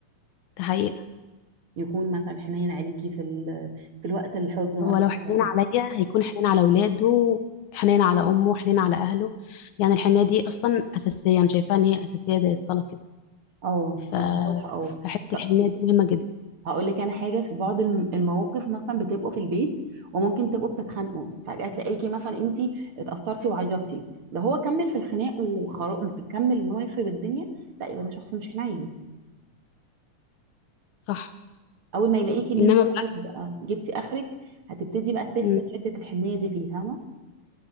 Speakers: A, on the left (about 75°); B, on the right (about 50°).
A: <laughs> ده حقيقة
B: يكون مثلا حنين عليكي في ال في الوقت الحزن وقت
A: هو لو
B: الفرح
A: حنين عليا هيكون حنين على اولاده حنين على امه حنين على اهله يعني الحنية دي اصلا اساسية انا شايفاها ان هي اساسية زي الصلاة كده
B: اه
A: ف
B: آه، الفرح اه
A: فحتة
B: طب
A: الحنية دي مهمة جدا
B: هقول لك انا حاجه في بعض الم- المواقف مثلا بتبقوا في البيت وممكن تبقوا بتتخانقوا فجاه تلاقيكي مثلا انت اتاثرتي وعيطتي لو هو كمل في الخناق وخر- وبيكمل ان هو يخرب الدنيا لا يبقى ده شخص مش حنين
A: صح
B: اول ما يلاقيكي ان
A: انما
B: انت خلاص
A: بقى
B: بقى جبتي اخرك هتبتدي بقى تست
A: مم.
B: حته الحنيه دي فيه فاهمه